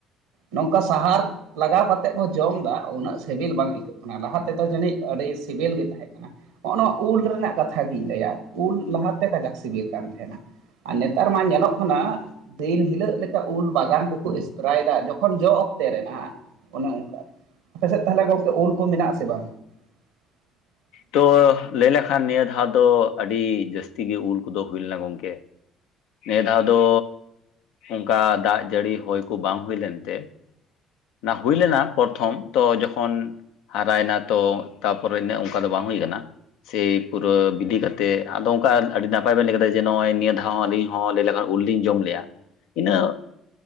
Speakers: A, on the right; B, on the left.
A: ᱱᱚᱝᱠᱟ ᱥᱟᱦᱟᱨ ᱞᱟᱜᱟᱣ ᱠᱟᱛᱮᱫ ᱠᱚ ᱡᱚᱢ ᱫᱟ ᱩᱱᱟᱹᱜ ᱥᱮᱵᱮᱞ ᱵᱟᱝ ᱟᱹᱭᱠᱟᱹᱜ ᱠᱟᱱᱟ ᱾ ᱚᱱᱟ ᱞᱟᱦᱟ ᱛᱮᱫᱚ ᱡᱟᱹᱱᱤᱡ ᱟᱹᱰᱤ ᱥᱤᱵᱤᱞ ᱜᱮ ᱛᱟᱦᱮᱸᱱ ᱠᱟᱱᱟ ᱾ ᱱᱚᱜ ᱱᱚᱣᱟ ᱩᱞ ᱨᱮᱱᱟᱜ ᱠᱟᱛᱷᱟ ᱜᱤᱧ ᱞᱟᱹᱭᱟ, ᱩᱞ ᱞᱟᱦᱟ ᱛᱮ ᱠᱟᱡᱟᱠ ᱥᱤᱵᱤᱞ ᱠᱟᱱ ᱛᱟᱦᱮᱱᱟ ᱾ ᱟᱨ ᱱᱮᱛᱟᱨ ᱢᱟ ᱧᱮᱞᱚᱜ ᱠᱟᱱᱟ ᱫᱤᱱ ᱦᱤᱞᱚᱜ ᱞᱮᱠᱟ ᱩᱞ ᱵᱟᱜᱟᱱ ᱠᱚᱠᱚ ᱮᱥ ᱨᱟᱭ ᱫᱟᱜ ᱡᱚᱠᱷᱚᱱ ᱡᱚ ᱚᱠᱛᱮ ᱨᱮᱱᱟᱜ ᱚᱱᱮ ᱚᱱᱠᱟ ᱟᱯᱮ ᱥᱮᱫ ᱛᱟᱦᱚᱞᱮ ᱜᱚᱝᱠᱮ ᱩᱞ ᱠᱚ ᱢᱮᱱᱟᱜ-ᱟ ᱥᱮ ᱵᱟᱝ? <unintelligible>
B: ᱛᱚ ᱞᱟᱹᱭ ᱞᱮᱠᱷᱟᱱ ᱱᱤᱭᱟᱹ ᱫᱷᱟᱣ ᱫᱚ ᱟᱹᱰᱤ ᱡᱟᱥᱛᱤ ᱜᱮ ᱩᱞ ᱠᱚᱫᱚ ᱦᱩᱭ ᱞᱮᱱᱟ ᱜᱚᱝᱠᱮ ᱾ ᱱᱤᱭᱟᱹ ᱫᱷᱟᱣ ᱫᱚ ᱚᱱᱠᱟ ᱫᱟᱜ ᱡᱟᱹᱲᱤ ᱦᱚᱭ ᱠᱚ ᱵᱟᱝ ᱦᱩᱭ ᱞᱮᱱᱛᱮ ᱚᱱᱟ ᱦᱩᱭ ᱞᱮᱱᱟ ᱯᱨᱚᱛᱷᱚᱢ ᱛᱚ ᱡᱚᱠᱷᱚᱱ, ᱦᱟᱨᱟᱭᱮᱱᱟ ᱛᱚ, ᱛᱟᱨᱯᱚᱨᱮ ᱤᱱᱟᱹᱜ ᱚᱱᱠᱟ ᱫᱚ ᱵᱟᱝ ᱦᱩᱭ ᱠᱟᱱᱟ ᱾ ᱥᱮᱭ ᱯᱩᱨᱟᱹ ᱵᱤᱫᱷᱤ ᱠᱟᱛᱮᱫ, ᱟᱫᱚ ᱚᱱᱠᱟ ᱟᱰᱤ ᱱᱟᱯᱟᱭ ᱵᱤᱱ ᱞᱟᱹᱭ ᱠᱮᱫᱟ ᱡᱮ, ᱱᱚᱜ-ᱚᱭ ᱱᱤᱭᱟᱹ ᱫᱷᱟᱣ ᱟᱹᱰᱤ ᱦᱚᱸ ᱞᱟᱹᱭ ᱞᱮᱠᱷᱟᱱ ᱩᱞ ᱞᱤᱧ ᱡᱚᱢ ᱞᱮᱜ-ᱟ ᱤᱱᱟᱹᱜ